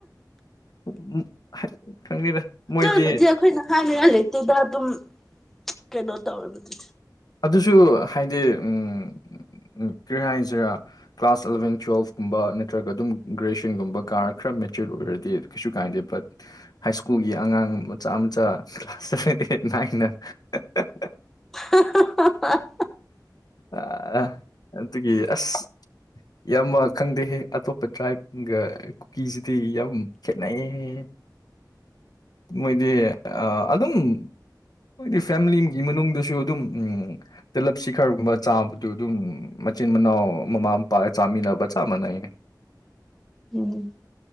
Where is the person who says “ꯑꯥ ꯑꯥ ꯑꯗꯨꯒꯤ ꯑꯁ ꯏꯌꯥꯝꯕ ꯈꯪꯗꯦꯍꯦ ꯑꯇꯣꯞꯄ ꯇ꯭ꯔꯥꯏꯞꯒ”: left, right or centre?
Left